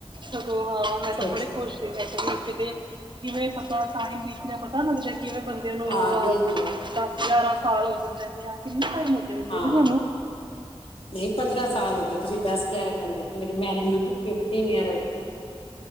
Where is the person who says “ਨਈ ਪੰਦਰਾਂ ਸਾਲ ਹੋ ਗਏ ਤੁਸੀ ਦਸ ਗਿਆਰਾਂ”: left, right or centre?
Left